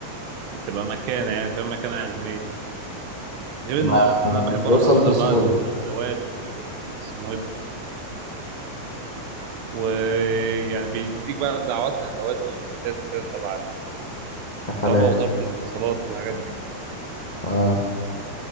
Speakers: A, on the right (about 80°); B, on the left (about 15°).
A: تبقى مكانه يعني فاهم مكانه علميه غير
B: ما
A: ان انا
B: مش
A: بحب
B: بيوصل
A: اروح احضر
B: بسهولة
A: بقى ندوات واسمه ايه ده، ويعني بيديك بقى دعوات لندوات وايفنتات وكده تبع
B: يا
A: سواء
B: حلاوة
A: بقى وزاره الاتصالات الحاجات دي
B: اه